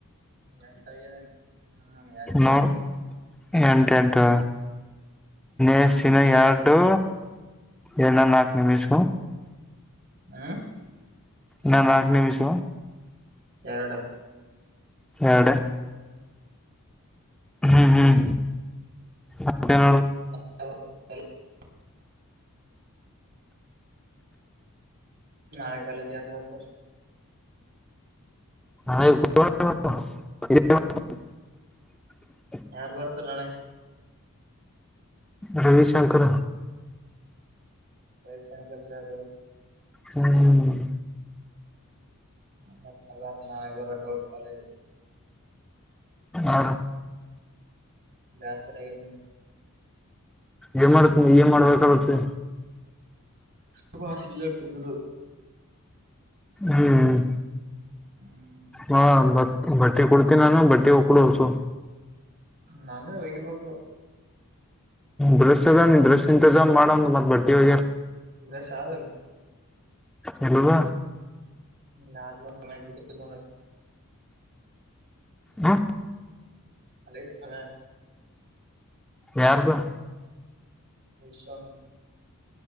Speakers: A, on the right; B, in the centre.
A: ಎಂಟ ಆಗಿದ್ದೇನೆ ಹ್ಮ್ ಎಂಟ
B: ನೋಡು
A: ಎಂಟು
B: ಎಂಟ ಎಂಟು
A: ಹ್ಮ್
B: ಇಸಿನ
A: ಈ
B: ಎರಡು ಏನ ನಾಕು ನಿಮಿಷ
A: ಹ್ಮ್
B: ನಾ ನಾಕ ನೀ ವಿಷ
A: ಎರಡು
B: ಎರಡು ಹ್ಮ್ ಹ್ಮ್ ಮತ್ತೆನ
A: <unintelligible> ನಳ ಕಾಲ <unintelligible>
B: ಹ <unintelligible>
A: ಯಾರ ಬರತರಳೆ
B: ರವಿಶಂಕರ್
A: ರವಿಶಂಕರ್ ಸರ್
B: ಹ್ಮ್
A: ಬ ನ ಬರ ಡೌಟ್ ಕ
B: ಹ
A: ಬೇಸರಾಗೈತಿ
B: ಏ ಮಾಡ್ತ್ ನೀ ಏನ್ ಮಾಡ್ಬೇಕಾಗತ್ತೆ.
A: ಸ ಭಾಷ ಕುಂದರು
B: ಹ್ಮ್
A: ಹ್ಮ
B: ಹಾ ಬಟ್ಟೆ ಕೊಡ್ತೀನಿ ನಾನು ಬಟ್ಟೆ ಹೋಗಕ್ಕಡಸು
A: ನಾನು ಹೋಗಿಬೇಕು
B: ದ್ರಶ್ ಅದ ನೀ ದ್ರಶ್ ಇಂಜಾಮ್ ಮಾಡಂದ ಮತ್ತತ್ ಬರ್ತವಗ್ಯಾರ
A: ಇಷಾದಲ್
B: ಎಲ್ಲದ
A: ಯ ನ ನ <unintelligible>
B: ಹ್ಮ
A: ಅಲೇವೇ
B: ಯಾರ್ದು
A: ನಿಶಂಗ